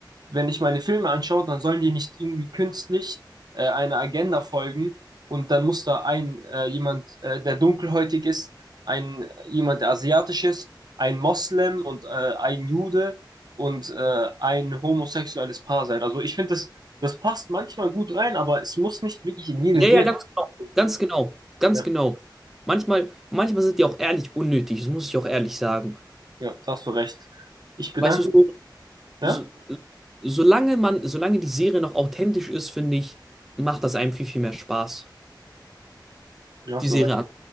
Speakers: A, on the right (about 60°); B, in the centre.
A: wenn ich meine Filme anschaue, dann sollen die nicht irgendwie künstlich äh, einer Agenda folgen und dann muss da ein äh, jemand, äh, der dunkelhäutig ist, ein jemand, der asiatisch ist, ein Moslem und äh, ein Jude und äh, ein homosexuelles Paar sein. Also ich finde, das, das passt manchmal gut rein, aber es muss nicht wirklich in jede
B: Ja,
A: Serie
B: ja, ganz genau.
A: sein.
B: Ganz genau. Ganz
A: Ja,
B: genau. Manchmal, manchmal sind die auch ehrlich unnötig, das muss ich auch ehrlich sagen.
A: ja, da hast du recht. Ich bedanke
B: Weißt du, so,
A: Ja?
B: so, solange man, solange die Serie noch authentisch ist, finde ich, macht das einem viel, viel mehr Spaß,
A: Hast
B: die
A: du
B: Serie
A: recht.
B: an.